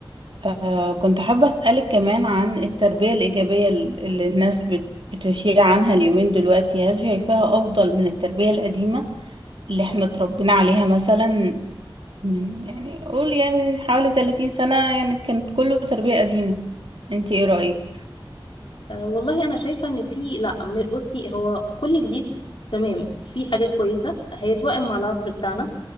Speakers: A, on the right; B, on the left.
A: آه كنت حابة أسألك كمان عن التربية الإيجابية ال- اللي الناس بت- بتشيع عنها اليومين دلوقتي هل شايفاها أفضل من التربية القديمة اللي احنا اتربينا عليها مثلا من يعني قول يعني حوالي 30 سنة يعني كانت كله تربية قديمة انت ايه رأيك؟
B: أه والله انا شايفه ان في لا م- بصي هو كل جديد تمام في حاجات كويسه هيتوائم مع العصر بتاعنا